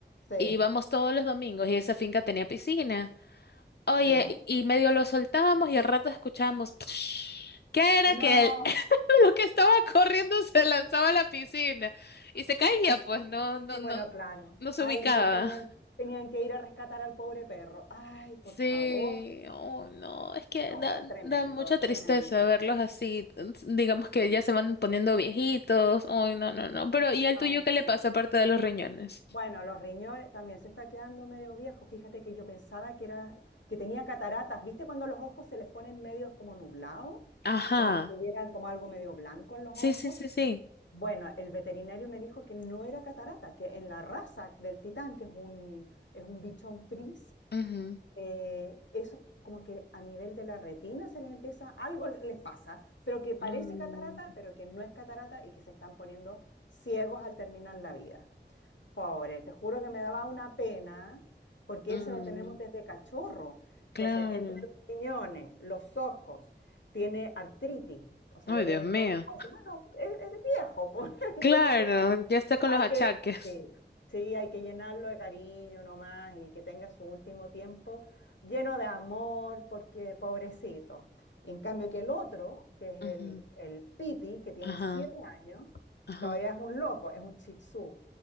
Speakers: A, on the left; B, on the left.
A: sí,
B: Y íbamos todos los domingos y esa finca tenía piscina. Oye,
A: ¿ya?
B: y y medio lo soltábamos y al rato escuchábamos, <tsk> ¿qué era
A: No.
B: que <laughs> Lo que estaba corriendo se lanzaba a la piscina y se caía, pues no, no,
A: Sí,
B: no,
A: bueno, claro.
B: no se
A: Ay,
B: ubicaba.
A: no, y tenían, tenían que ir a rescatar al pobre perro. Ay, por
B: Sí,
A: favor.
B: oh no, es que
A: No,
B: da,
A: tremendo,
B: da mucha tristeza
A: tremendo.
B: verlos así, digamos que
A: Sí,
B: ya se van poniendo viejitos, oh no, no, no, pero ¿y al
A: ay,
B: tuyo qué le
A: sí.
B: pasa aparte de los riñones?
A: Bueno, los riñones también se está quedando medio viejo. Fíjate que yo pensaba que era, que tenía cataratas. ¿Viste cuando los ojos se les ponen medios como nublados?
B: Ajá,
A: Como que tuvieran como algo medio blanco en los
B: sí,
A: ojos.
B: sí, sí, sí.
A: Bueno, el veterinario me dijo que no era catarata, que en la raza del titán, que es un, es un bichón fris,
B: Ujú.
A: eh, eso como que a nivel de la retina se les empieza, algo les pasa, pero que parece
B: Mm,
A: catarata, pero que no es catarata y que se están poniendo ciegos al terminar la vida. Pobre, te juro que me daba una pena, porque
B: mm,
A: eso lo tenemos desde cachorro. Entonces,
B: claro.
A: entre los riñones, los ojos, tiene artritis, o sea,
B: Ay,
A: le duelen
B: Dios mío.
A: todos los huesos. Bueno, es, es viejo, pues, <laughs> entonces
B: Claro, ya está con
A: hay
B: los achaques.
A: que, sí, sí, hay que llenarlo de cariño nomás y que tenga su último tiempo lleno de amor, porque pobrecito. En cambio que el otro, que es
B: Ujú.
A: el, el Piti, que tiene
B: Ajá,
A: siete años,
B: ajá.
A: todavía es un loco, es un chitsú